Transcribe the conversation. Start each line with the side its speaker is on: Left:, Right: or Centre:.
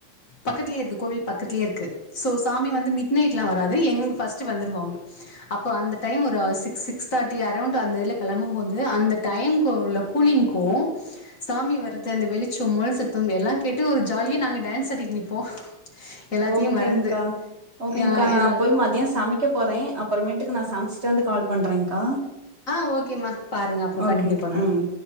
Left: பக்கத்திலேயே இருக்கு கோவில் பக்கத்லேயே இருக்கு ஸோ சாமி வந்து மிட் நைட்லா வராது எங்கு ஃபஸ்ட் வந்துருவாங்க அப்போ அந்த டைம் ஒரு சிக்ஸ் சிக்ஸ் தேட்டி அரௌண்ட் அந்த வெள கெளம்பு போது அந்த டைம் குள்ள கூலிங்க்கோ சாமி வர்றது அந்த வெளிச்ச மூல சத்தம் எல்லா கேட்டு ஒரு ஜாலி நாங்க டான்ஸ் அடிட்டு நிப்போ எல்லாத்தையு
Right: ஓகேங்க்கா,
Left: மறந்து
Right: ஓகேங்க்கா
Left: ஆ
Right: நா
Left: எல்லா
Right: போய் மதியம் சமைக்க போறே. அப் புறமேட்டுக்கு நா சமச்சுட்டு வந்து கால் பண்றேங்க்கா.
Left: ஆ ஓகேமா. பாருங்க அப்புறோ
Right: ஓகேங்க்கா
Left: கண்டினியூ பண்ணுவோ
Right: ம்